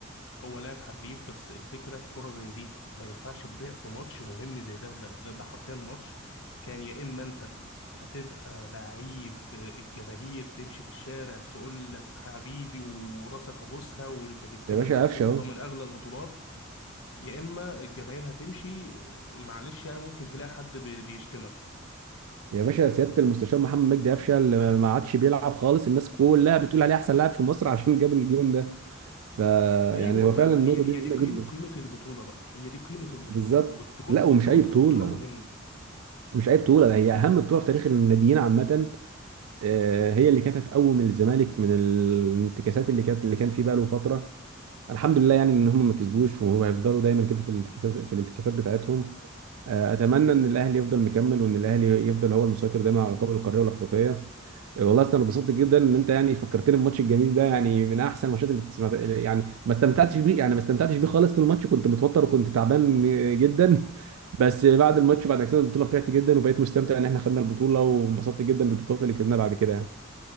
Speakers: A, on the left; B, on the right.
A: هو لاعب حريف بس الفكره كره زي دي ما ينفعش تضيع في ماتش مهم زي ده ده ده, ده حرفيا ماتش كان يا اما انت هتبقى لعيب الجماهير تمشي في الشارع تقول لك حبيبي وراسك ابوسها وانت جبت
B: يا
A: لنا
B: باشا
A: بطوله
B: قفشه اهو
A: من اغلى البطولات يا اما الجماهير هتمشي معلش يعني ممكن تلاقي حد بي- بيشتمك
B: يا باشا سياده المستشار محمد مجدي قفشه اللي ما عادش بيلعب خالص الناس كلها بتقول عليه احسن لاعب في مصر عشان جاب الجون ده فيعني
A: ايوه
B: هو
A: ما
B: فعلا
A: ما
B: النقطه
A: هي
B: دي
A: هي
B: مهمه
A: دي قيمه
B: جدا
A: قيمه البطوله بقى هي دي قيمه البطوله
B: بالظبط
A: والجون
B: لا
A: والجون
B: ومش اي
A: في
B: بطوله
A: بطوله مهمه
B: مش اي بطوله هي اهم بطوله في تاريخ الناديين عامه آه، هي اللي كانت هتقوم الزمالك من الانتكاسات اللي كانت اللي كان فيه بقى له فتره الحمد لله يعني ان هم ما كسبوش وهيفضلوا دايما كده في الانتكاسات في الانتكاسات بتاعتهم آه، اتمنى ان الاهلي يفضل مكمل وان الاهلي يفضل هو المسيطر دايما على القاب القاريه والافريقيه والله أصل انا اتبسطت جدا ان انت يعني فكرتني بالماتش الجميل ده يعني من احسن الماتشات اللي تسمع يعني ما استمتعتش بيه يعني ما استمتعتش بيه خالص طول الماتش كنت متوتر وكنت تعبان م- جدا <laughs> بس بعد الماتش بعد ما كسبنا البطوله فرحت جدا وبقيت مستمتع ان احنا خدنا البطوله وانبسطت جدا بالبطولات اللي كسبناها بعد كده يعني